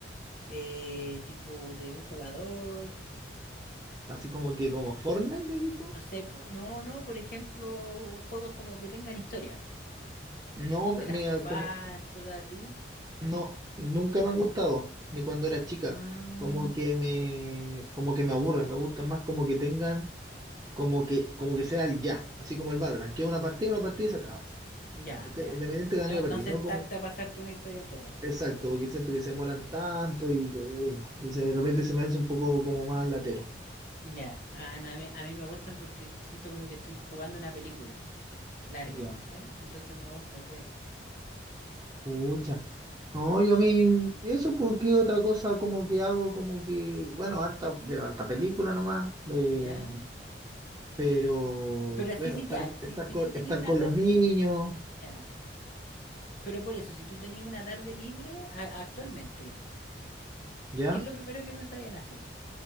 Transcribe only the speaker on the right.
así como que como Fortnite, así todo.
No, me,
me-
como,
no, nunca me han gustado, ni cuando era chica.
Como que me, como que me aburren, me gustan más como que tengan, como que, como que sea el ya, así como el Valorant, que es una partida, una partida y se acaba.
¿Cachai?
Independiente de ganar
o
perder,
¿no? Como,
Exacto, porque siento que se demoran tanto y, uy, no. Y se- de repente se me hace un poco como más latero.
Ya,
pucha. No, yo a mí, eso porque otra cosa como que hago, como que, bueno, harta, veo harta película nomás, eh,
Pero
bueno,
estar,
estar,
con,
estar
con
los niños,
ya.